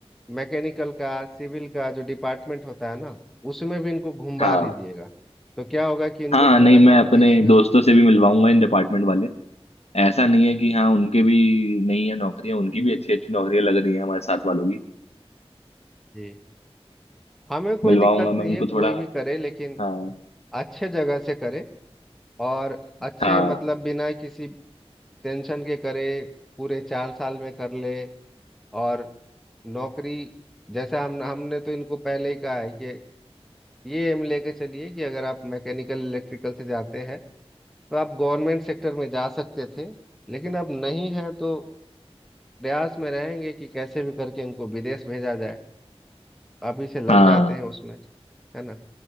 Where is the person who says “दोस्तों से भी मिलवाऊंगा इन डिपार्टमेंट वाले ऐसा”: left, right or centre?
Left